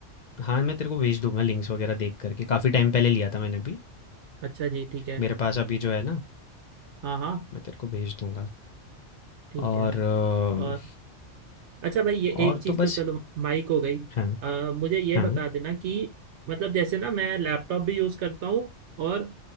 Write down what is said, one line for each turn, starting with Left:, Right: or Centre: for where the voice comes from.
Left: हाँ मैं तेरे को भेज दूंगा लिंक्स वगैरह देख करके काफ़ी टाइम पहले लिया था मैंने भी
Right: अच्छा जी ठीक है
Left: मेरे पास अभी जो है ना
Right: हाँ हाँ
Left: मैं तेरे को भेज दूँगा
Right: ठीक
Left: और
Right: है
Left: अ,
Right: और अच्छा भाई ये
Left: और
Right: एक चीज
Left: तो
Right: तो
Left: बस
Right: चलो माइक हो गई
Left: हाँ,
Right: अ, मुझे ये
Left: हाँ,
Right: बता देना कि मतलब जैसे ना मैं लैपटॉप भी यूज करता हूँ और